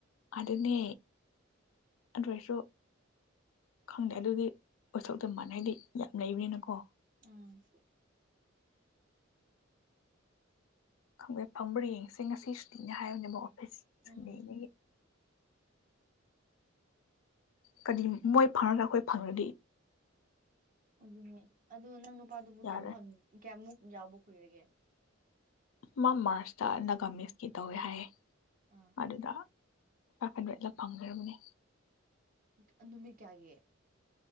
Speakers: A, on the left; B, on the right.
A: ꯑꯗꯨꯅꯦ ꯑꯗꯨ ꯑꫭꯏꯔꯁꯨ ꯈꯪꯗꯦ ꯑꯗꯨꯒꯤ ꯋꯥꯊꯣꯛꯇ ꯃꯥꯟꯅꯔꯗꯤ ꯍꯥꯏꯗꯤ ꯌꯥꯝ ꯂꯩꯕꯅꯤꯅꯀꯣ
B: ꯎꯝ
A: ꯈꯪꯗꯦ ꯐꯪꯕ꯭ꯔꯥ ꯌꯦꯡꯁꯦ ꯉꯁꯤ ꯁꯨꯇꯤꯅꯦ ꯍꯥꯏꯕꯅꯦꯕ‌ ꯀꫭ ꯐꯤꯁ ꯁꯟꯗꯦꯅꯦ
B: ꯎꯝ
A: ꯀꯗꯤ ꯃꯣꯏ ꯐꯪꯔꯒꯥ ꯑꯈꯣꯏ ꯐꯪꯔꯗꯤ
B: ꯑꯗꯨꯅꯦ ꯑꯗꯨ ꯅꯪ ꯅꯨꯄꯥꯗꯨꯕꯨ
A: ꯌꯥꯔꯣꯏ
B: ꯀꯌꯥꯝ ꯐꯪ ꯀꯌꯥꯝꯃꯨꯛ ꯌꯥꯎꯕ ꯀꯨꯏꯔꯒꯦ
A: ꯃꯥ ꯃꯥꯔꯁꯇ ꯅꯥꯒꯥꯃꯤꯁꯀꯤ ꯇꯧꯋꯦ ꯍꯥꯏꯌꯦ
B: ꯑꯥ
A: ꯑꯗꯨꯗ ꯐꯥꯏꯚ ꯍꯟꯗ꯭ꯔꯦꯠꯂ ꯐꯪꯈ꯭ꯔꯕꯅꯦ
B: ꯀ ꯅꯨꯃꯤꯠ ꯀꯌꯥꯒꯤ